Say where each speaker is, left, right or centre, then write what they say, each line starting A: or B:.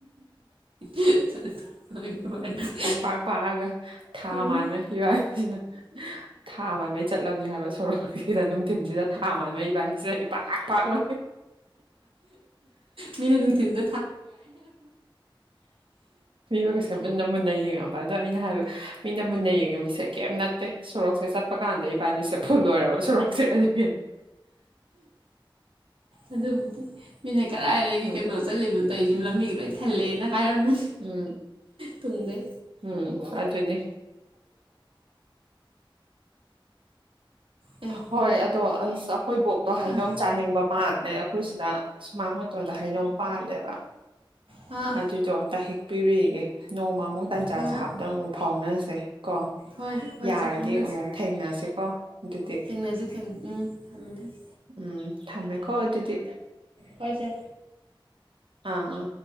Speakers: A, on the right; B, on the right.
A: <unintelligible> <unintelligible>
B: ꯄꯨꯡ ꯄꯥꯛ ꯄꯥꯛꯑꯒ ꯊꯥ
A: ꯎꯝ
B: ꯃꯥꯟꯕꯩ ꯍꯤꯔꯥꯛꯒꯤꯁꯤꯅ ꯊꯥ ꯃꯥꯟꯕꯉꯩ ꯆꯠꯂꯕꯅꯤ ꯍꯥꯏꯕ ꯁꯣꯔꯣꯛꯁꯤꯗ ꯅꯨꯡꯊꯤꯟꯁꯤꯗ ꯊꯥ ꯃꯥꯥꯟꯅꯕ ꯏꯕꯥꯟꯁꯤꯗ ꯏꯄꯥꯛ ꯄꯥꯛ ꯃ
A: ꯃꯤꯅꯅ ꯊ
B: ꯄꯒꯁꯦꯅ ꯃꯖꯉ ꯑꯗꯣ ꯑꯩꯅ ꯍꯥꯏꯕ ꯃꯤꯅ ꯃꯨꯟꯅ ꯌꯦꯡꯉꯤ ꯃꯤꯁꯦ ꯀꯩꯝ ꯅꯠꯇꯦ ꯁꯣꯔꯣꯛꯁꯦ ꯆꯠꯄ ꯀꯥꯟꯗ ꯏꯕꯥꯅꯤꯁꯦ ꯐꯨꯜ ꯂꯣꯏꯔꯕ ꯁꯨꯔꯛꯁꯦꯗꯒꯤ
A: ꯑꯗꯨꯕꯨꯗꯤ ꯃꯤꯅ ꯀꯗꯥꯥꯏꯗꯒꯤ
B: ꯎꯝ
A: ꯀꯩꯅꯣ ꯆꯠꯂꯤꯕꯅꯣ ꯇꯧꯔꯤꯁꯤ
B: ꯎꯝ
A: ꯂꯝꯕꯤꯒ ꯂꯣꯏ ꯊꯜꯂꯦꯅ ꯍꯥꯏꯔꯝꯃꯅꯤ
B: ꯎꯝ
A: ꯇꯨꯡꯗꯩ
B: ꯎꯝ ꯑꯗꯨꯅꯦ
A: ꯑꯦ
B: ꯍꯣꯏ ꯑꯗꯣ ꯑꯁ ꯑꯩꯈꯣꯏ ꯕꯣꯛꯇꯣ ꯍꯩꯅꯧ
A: ꯑꯥ
B: ꯆꯥꯅꯤꯡꯕ ꯃꯥꯜꯦ ꯑꯗꯩ ꯑꯩꯈꯣꯏꯁꯤꯗ ꯁꯨꯃꯥꯡ ꯃꯇꯣꯟꯗ ꯍꯩꯅꯣꯡ ꯄꯥꯜꯂꯦꯕ
A: ꯑꯥ
B: ꯑꯗꯨꯏꯗꯣ ꯑꯝꯇ ꯍꯦꯛ ꯄꯤꯔꯛꯏꯒꯦ ꯅꯣꯡꯃ ꯑꯃꯨꯛ ꯇꯟꯖꯥ
A: ꯍꯣꯏ
B: ꯆꯥꯕꯗ ꯑꯃꯨꯛ ꯐꯥꯎꯅꯁꯦ ꯀꯣ
A: ꯍꯣꯏ ꯍꯣꯏ
B: ꯌꯥꯔꯗꯤ
A: ꯆꯦ ꯐꯥꯎꯅꯁꯤ
B: ꯑꯃꯨꯛ ꯊꯦꯡꯅꯁꯤ ꯀꯣ ꯑꯗꯨꯗꯤ
A: ꯊꯦꯡꯅꯁꯤ ꯊꯦꯡ ꯎꯝ ꯊꯝꯃꯦ ꯊꯝꯃꯦ
B: ꯎꯝ ꯊꯝꯃꯦꯀꯣ ꯑꯗꯨꯗꯤ
A: ꯍꯣꯏꯁꯦ
B: ꯑꯥ